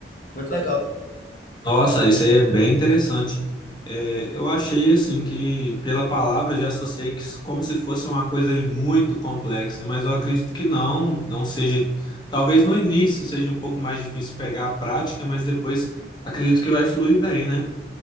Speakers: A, on the left; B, on the left.
A: Muito legal, né?
B: Nossa, isso aí é bem interessante. É, eu achei assim que pela palavra eu já associei que s- como se fosse uma coisa ali muito complexa, mas eu acredito que não, não seja. Talvez no início seja um pouco mais difícil pegar a prática, mas depois acredito que vai fluir bem, né?